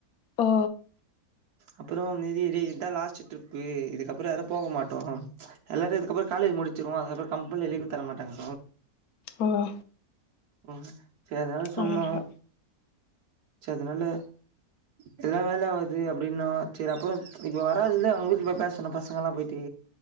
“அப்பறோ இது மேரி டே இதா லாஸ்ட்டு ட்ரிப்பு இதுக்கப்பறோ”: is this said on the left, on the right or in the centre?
Right